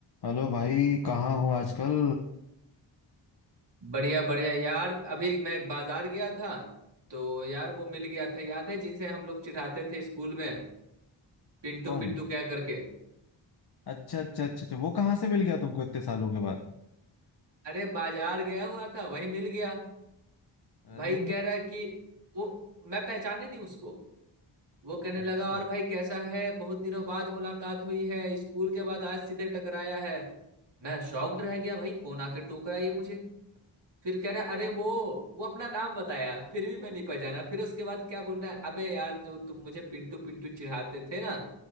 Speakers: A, on the left (about 55°); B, on the right (about 60°).
A: Hello भाई कहाँ हो आजकल
B: बढ़िया बढ़िया यार अभी मैं बाजार गया था तो यार वो मिल गया था याद है जिसे हम लोग चिढ़ाते थे स्कूल में पिंटू
A: कौन
B: पिंटू क्या करके
A: अच्छा अच्छा अच्छा अच्छा वो कहाँ से मिल गया तुमको इतने सालों के बाद
B: अरे बाजार गया हुआ था वही मिल गया
A: अरे
B: भाई कह रहा है कि वो मैं पहचाने नहीं उसको वो कहने
A: अच्छा
B: लगा और भाई कैसा है बहुत दिनों बाद मुलाकात हुई है स्कूल के बाद आज सीधे टकराया है मैं शॉक्ड रह गया भाई कौन आके टोकरा ये मुझे फिर कह रहा अरे वो वो अपना नाम बताया फिर भी मैं नहीं पहचाना फिर उसके बाद क्या बोल रहा है अबे यार जो तुम मुझे पिंटू पिंटू चिढ़ाते थे ना